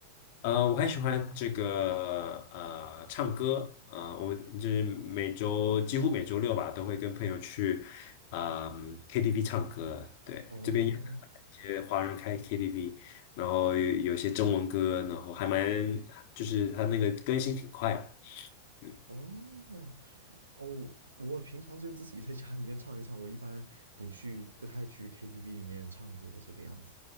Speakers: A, on the left; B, on the right.
A: 呃，我还喜欢这个呃唱歌，呃，我就是每周几乎每周六吧，都会跟朋友去啊、KTV 唱歌。对，
B: 哦
A: 这边有一些华人开 KTV，然后有有些中文歌，然后还蛮就是它那个更新挺快的。嗯。
B: 哦哦，我平常就自己在家里面唱一唱，我一般不去不太去 KTV 里面唱歌这个样子。